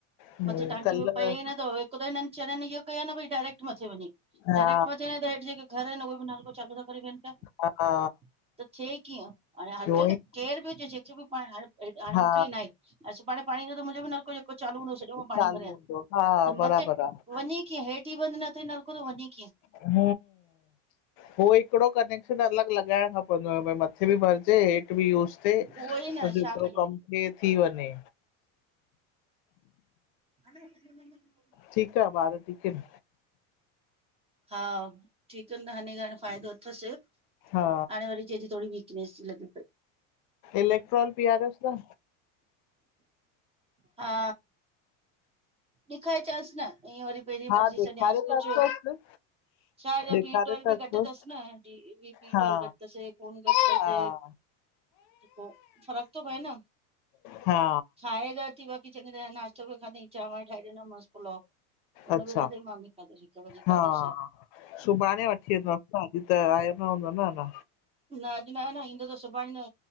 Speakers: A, on the left (about 55°); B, on the right (about 15°).
A: हम्म,
B: मथे टांकी
A: कल्ह
B: में पए ई नथो हिकु त हिननि चरनि इहो कयो आहे न भई डायरेक्ट मथे वञे
A: हा
B: डायरेक्ट मथे वञे त हेठि जेके घर आहिनि उहे बि नाल को चालू था करे वेहनि पिया।
A: हा
B: थिए कीअं? हाणे हर
A: उहोई
B: कंहिंखे केरु बि हुजे जेको बि पाण हाणे हाणे
A: हा
B: मूंखे ई नाहे सुभाणे। पाण जो त मुंहिंजो चालू हूंदो सॼो मां
A: चालू
B: पाणी भरियां
A: हूंदो हा
B: त
A: बराबरि
B: मथे
A: आहे
B: वञी कीअं हेठि बंदि न थिए नलको त वञी।
A: हम हो हिकड़ो कनेक अलॻि लगाइण खप भ मथे बि भरजे हेठ। तो
B: उहो ई न छा कजे
A: कम थ थी वञे।
B: <inaudible>
A: ठीकु आहे बार ठीक इन?
B: हा ठीकु आहे न त हाणे हाणे फ़ाइदो अथसि हाणे
A: हा
B: वरी च थी थोरी वीक। लगी पयी आ।
A: इलेक्ट्रोल पीआरियोसि न
B: हा ॾखाए चेस न। ईअं वरी पहिरीं
A: हा
B: मर्ज़ी
A: ॾेखारे
B: छॾियांसि कुझु
A: त अचोसि
B: छा
A: ॾेखारे
B: बी ट्वेल्
A: त
B: बि
A: अचोसि
B: घटि अथसि न। बी
A: हा
B: ट्वेलव घट तस खून घट
A: हा
B: तस। पोइ फर्क त पए न
A: हा
B: खाए र थी बक़ी। चङ ना्तो बि ठाहे ॾिना मास पुलओ उन
A: अच्छा
B: <unintelligible> खाधोस
A: हा सुभाणे वठी वेंदोसि न अॼु त आयो न हूंदो नञ।
B: न अॼु न आहे न ईंदो त सुभाणे न